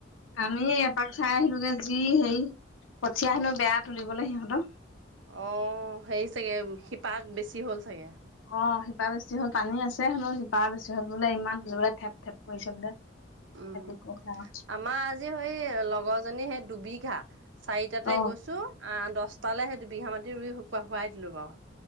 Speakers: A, on the left; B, on the right.
A: আমি এপাক চাই আহিলোগে যি হেৰি কঠিয়া হেনো বেয়া তুলিবলে সিহঁতৰ
B: অ হেৰি চাগে শিপা বেছি হ'ল চাগে
A: অ শিপা বেছি হ'ল পানী আছে হেনো শিপা বেছি হল বোলে ইমান তুলিবলে ঠেপ ঠেপ কৰিছে বোলে
B: উম
A: হেতি কৈছে আও
B: আমাৰ আজি সেই লগৰজনী সেই দুবিঘা চাৰিটাতে
A: অ
B: গৈছো অ দছটালে সেই দুবিঘা মাটি ৰুই শুকুৱা শুৱাই দিলো বাও